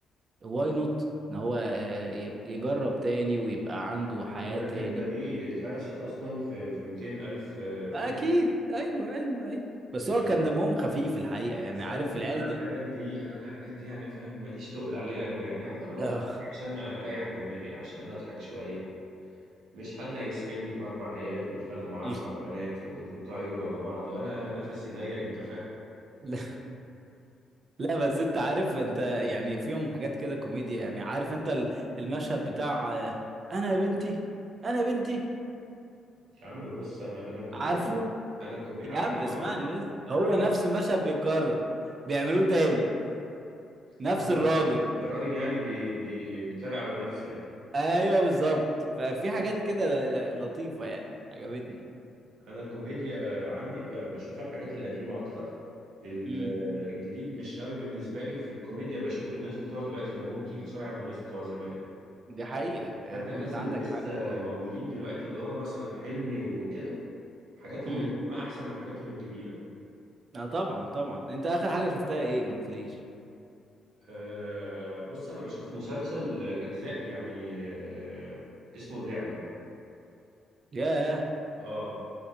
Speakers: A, on the right; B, on the right.
A: واي نوت ان هو آه،
B: امم
A: ي- يجرب تاني ويبقى عنده حياة
B: هي الفكرة
A: تاني
B: دي اتهرست أصلا في في 200 ألف آه، فيلم
A: اكيد ايوه ايوه ايوه بس
B: آه،
A: هو كان دمهم خفيف الحقيقة يعني
B: بس
A: عارف
B: أنا
A: العيال
B: أنا الحاجات
A: دول
B: دي أنا الحاجات دي يعني فاهم ماليش تقل عليها أوي يعني يا عم أنا بتفرج
A: آه.
B: عشان أريح دماغي عشان أضحك شوية مش حد هيسحلني في أربع عيال وبيتخانقوا مع
A: <laughs>
B: أربع بنات ويطلعوا يجروا ورا بعض وأنا نفسي ضيق أنت فاهم
A: لا لا، بس انت عارف انت يعني فيهم حاجات كده كوميديا يعني عارف انت ال- المشهد بتاع آه، انا يا بنتي انا يا بنتي
B: يا عم بص أنا أنا كوميديا
A: عارفه
B: أنا كوميديا
A: يا
B: عارفه
A: عم اسمعني
B: طبعا
A: بس هو نفس
B: عارف
A: المشهد بيتكرر بيعملوه تاني نفس
B: آه
A: الراجل
B: الراجل يعني بي بي بيتريق على نفسه يعني
A: ايوه بالظبط ففي حاجات كده ل- ل- لطيفة يعني عجبتني
B: انا الكوميديا عندي ب- بشوف الحاجات القديمه اكتر ال-
A: امم
B: الجديد مش قوي بالنسبه لي في الكوميديا بشوف الناس بتوع دلوقتي دمهم تقيل شويه على الناس بتوع زمان
A: دي حقيقة يعني
B: حتى الناس
A: انت عندك
B: اللي لسه
A: حق
B: موجودين دلوقتي اللي هو مثلا حلمي وكده حاجاتهم
A: امم
B: القديمه احسن من حاجاتهم الجديده
A: اه طبعا طبعا انت اخر حاجة شفتها ايه ما قلتليش
B: أه بص انا بشوف مسلسل اجزاء يعني أه اسمه اللعبه
A: ياه
B: اه